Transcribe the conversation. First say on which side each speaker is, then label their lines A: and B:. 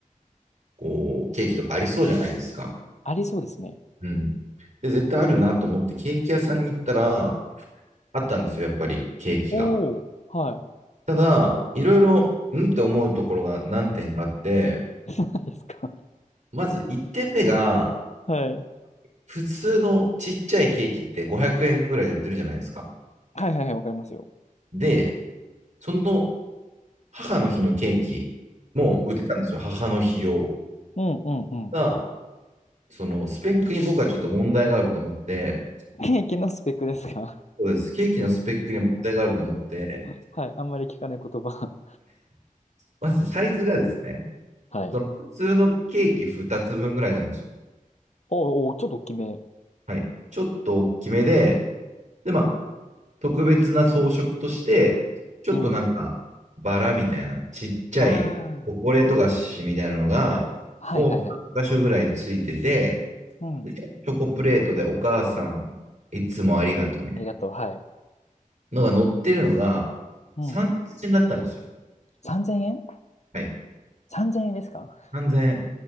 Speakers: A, on the right; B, on the left.
A: こう、ケーキとかありそうじゃないですか。
B: ありそうですね。
A: うん。で、絶対あるなと思って、ケーキ屋さんに行ったら、あったんですよ、やっぱり、ケーキが。
B: おお、は
A: ただ、いろいろ、んって思うところが何点かあって、
B: い。<laughs> 何ですか。
A: まず1点目が、
B: はい。
A: 普通のちっちゃいケーキって500円ぐらいで売ってるじゃないですか。
B: はいはいはい、わかりますよ。
A: で、その母の日のケーキも売ってたんですよ、
B: うん。
A: 母の日用。
B: うんうんうん。
A: が、そのスペックに僕はちょっと問題があると思って、
B: <laughs> ケーキのスペックですか。
A: そうです、ケーキのスペックに問題があると思って、
B: <laughs> はい。あんまり聞かない言葉。
A: まずサイズがですね、
B: はい。
A: その普通のケーキ2つ分ぐらいなんですよ。
B: おーおー、ちょっと大きめ。
A: はい。ちょっと大きめで、で、まあ、特別な装飾として、ちょっとなんか、
B: うん。
A: バラみたいな、ちっちゃいチョコレート菓子みたいなのが、
B: ああ、
A: を2箇所ぐらいついてて、
B: はいはいはい。うん。
A: チョコプレートでお母さん、いつもありがとうみたいな
B: ありがとう。はい。
A: のが載ってるのが、
B: うん。
A: 三千円だったんですよ。
B: 3000円
A: はい。
B: ?3000 円ですか
A: 三千